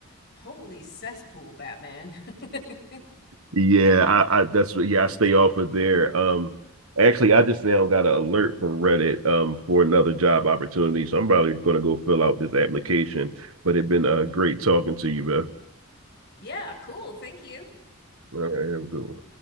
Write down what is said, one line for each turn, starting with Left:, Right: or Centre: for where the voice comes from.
Left: holy cesspool, Batman. <laughs>
Right: Yeah, I, I that's what, yeah, I stay off of there. Um, actually, I just now got an alert from Reddit um for another job opportunity, so I'm probably gonna go fill out this application. But it's been uh great talking to you, man.
Left: Yeah, cool. Thank you.
Right: All right, have a good one.